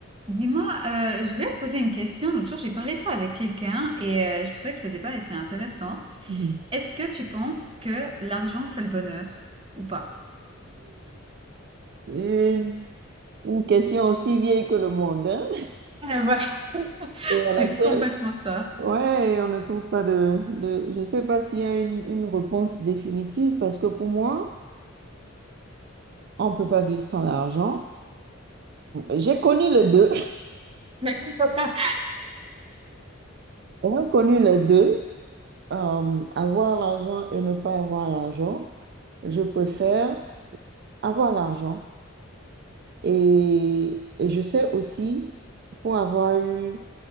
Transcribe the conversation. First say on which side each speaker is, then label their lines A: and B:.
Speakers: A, on the right; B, on the right.
A: Dis-moi, euh, je voulais te poser une question. L'autre jour, j'ai parlé ça avec quelqu'un et euh, je trouvais que le débat était intéressant.
B: <laughs> Mhm.
A: Est-ce que tu penses que l'argent fait le bonheur ou pas?
B: Une une question aussi vieille que le monde, hein,
A: Euh, ouais. <laughs>
B: et
A: C'est
B: à laquelle,
A: complètement ça.
B: ouais, et on ne trouve pas de, de je sais pas s'il y a une, une réponse définitive, parce que pour moi, on peut pas vivre sans l'argent. J'ai connu les deux.
A: Mais- <laughs>
B: <laughs> j'ai connu les deux, euh, avoir l'argent et ne pas avoir l'argent, je préfère avoir l'argent. Et, et je sais aussi, pour avoir eu